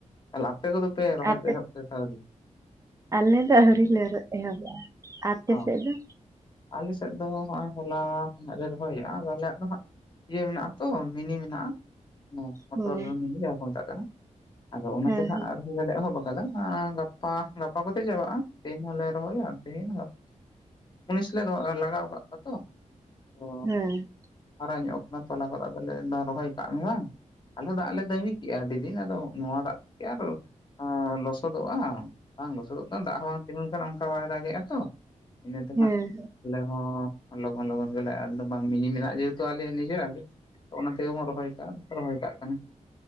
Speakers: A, on the left (about 35°); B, on the right (about 25°).
A: ᱛᱟᱦᱚᱞᱮ ᱟᱯᱮ ᱠᱚᱫᱚ ᱯᱮ ᱨᱚᱦᱚᱭ
B: ᱟᱯᱮ
A: ᱯᱮ ᱮᱦᱚᱵ ᱠᱮᱫᱟ ᱥᱮ ᱟᱹᱣᱨᱤ?
B: ᱟᱞᱮ ᱫᱚ ᱟᱹᱣᱨᱤ ᱞᱮ ᱮᱦᱚᱵᱚᱜᱼᱟ, ᱟᱯᱮ
A: ᱚ
B: ᱥᱮᱫ ᱫᱚ?
A: ᱟᱞᱮ ᱥᱮᱫ ᱫᱚ ᱦᱚᱜᱼᱚᱭ ᱦᱚᱞᱟ ᱠᱷᱱᱟᱜ ᱞᱮ ᱨᱚᱦᱚᱭᱮᱫ ᱟ ᱟᱫᱚ ᱟᱞᱮᱭᱟᱜ ᱫᱚ ᱦᱟᱸᱜᱼᱼ ᱤᱭᱟᱹ ᱢᱮᱱᱟᱜ-ᱟ ᱛᱚ ᱢᱤᱱᱤ ᱢᱮᱱᱟᱜᱼᱟ᱾ ᱢᱚᱴᱚᱨ
B: ᱦᱮᱸ
A: ᱢᱤᱱᱤ ᱡᱟᱦᱟᱸ ᱠᱚ ᱢᱮᱛᱟᱜ ᱠᱟᱱᱟ ᱟᱫᱚ ᱚᱱᱟᱛᱮ
B: ᱦᱮᱸ
A: ᱦᱟᱸᱜ <unintelligible> ᱮᱦᱚᱵ ᱟᱠᱟᱫᱟ ᱟᱸ ᱜᱟᱯᱟ ᱜᱟᱯᱟ ᱠᱚᱛᱮ ᱪᱟᱵᱟᱜᱼᱟ, ᱛᱮᱦᱮᱧ ᱦᱚᱸᱞᱮ ᱨᱚᱦᱚᱭᱟ ᱛᱤᱦᱤᱧ ᱜᱟᱯᱼᱼ ᱢᱩᱱᱤᱥ ᱞᱮ ᱨᱚ ᱞᱟᱜᱟᱣ ᱟᱠᱟᱫ ᱠᱚᱣᱟ ᱛᱚ ᱛᱚᱼᱼ
B: ᱦᱮᱸ᱾
A: ᱦᱟᱨᱟ ᱧᱚᱜ ᱠᱟᱱᱟ ᱛᱚᱞᱟ ᱠᱚᱫᱚ ᱟᱫᱚ ᱞᱮ ᱨᱚᱦᱚᱭ ᱠᱟᱜ ᱢᱮ ᱵᱟᱝ᱾ ᱟᱞᱮ ᱫᱟᱜ ᱞᱮ ᱛᱟᱹᱜᱤ ᱠᱮᱜᱼᱟ ᱟᱹᱰᱤ ᱫᱤᱱ ᱟᱫᱚ ᱱᱚᱣᱟ ᱫᱟᱜ ᱛᱮᱠᱤ ᱟᱨᱼᱼ ᱚ ᱞᱚᱥᱚᱫᱚᱜᱼᱟ, ᱵᱟᱝ ᱞᱚᱥᱚᱫᱚᱜᱼᱼ ᱫᱟᱜ ᱦᱚᱸ ᱵᱟᱝ ᱛᱤᱸᱜᱩ ᱞᱮᱱᱠᱷᱟᱱ ᱚᱱᱠᱟ ᱵᱟᱭ ᱫᱟᱜᱮᱜᱼᱟ ᱛᱚ, ᱤᱱᱟᱹᱛᱮ
B: ᱦᱮᱸ
A: ᱦᱟᱸᱜᱼᱼ ᱟᱞᱮ ᱦᱚᱸ ᱞᱚᱜᱚᱱ ᱞᱚᱜᱚᱱ ᱜᱮᱞᱮ ᱟᱞᱮ ᱫᱚ ᱵᱟᱝ ᱢᱤᱱᱤ ᱢᱮᱱᱟᱜᱼᱟ ᱡᱮᱦᱮᱛᱩ ᱟᱞᱮ ᱱᱤᱡᱮᱨᱟᱜ ᱜᱮ᱾ ᱚᱱᱟ ᱛᱮᱜᱮ ᱵᱚᱱ ᱨᱚᱦᱚᱭ ᱠᱟᱜᱼᱟ, ᱨᱚᱦᱚᱭ ᱠᱟᱜ ᱠᱟᱱᱟ᱾